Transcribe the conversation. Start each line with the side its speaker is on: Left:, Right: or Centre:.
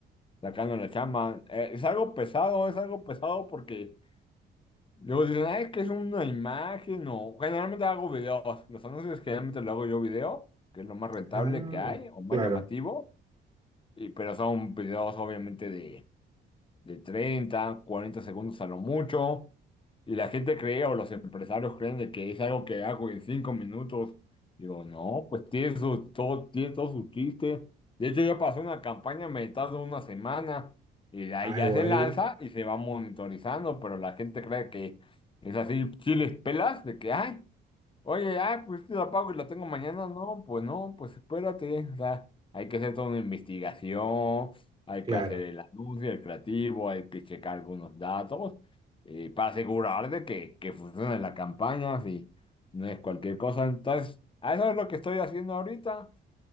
Left: sacando la chamba. Eh, es algo pesado, es algo pesado porque luego dicen, ay, es que es una imagen o generalmente hago videos. Los anuncios generalmente lo hago yo video, que es lo más rentable
Right: Ah,
Left: que hay o más
Right: claro.
Left: llamativo. Y, pero son videos obviamente de, de 30 40 segundos a lo mucho. Y la gente cree o los empresarios creen de que es algo que hago en 5 minutos. Digo, no, pues tiene su, todo, tiene todo su chiste. De hecho, yo pasé una campaña, me tardo una semana y de ahí
Right: Ah,
Left: ya
Right: igual,
Left: se lanza y se va monitorizando, pero la gente cree que es así, chiles pelas, de que, ay, Oye, ah, pues te la pago y la tengo mañana. No, pues no, pues espérate. O sea, hay que hacer toda una investigación, hay
Right: claro.
Left: que hacer el anuncio, el creativo, hay que checar algunos datos eh, para asegurar de que, que funcione la campaña, si no es cualquier cosa. Entonces, a eso es lo que estoy haciendo ahorita.